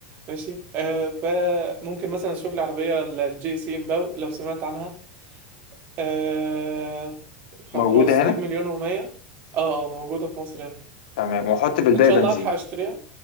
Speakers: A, on the right (about 45°); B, on the left (about 80°).
A: ماشي آه فممكن مثلا اشوف العربيه ال- الجي سي امباو لو سمعت عنها آه خ-
B: موجودة
A: خلاص
B: هنا
A: دي بمليون و100 اه آه، موجوده في مصر هنا
B: تمام وأحط بالباقي
A: ان شاء
B: بنزين
A: الله الحق اشتريها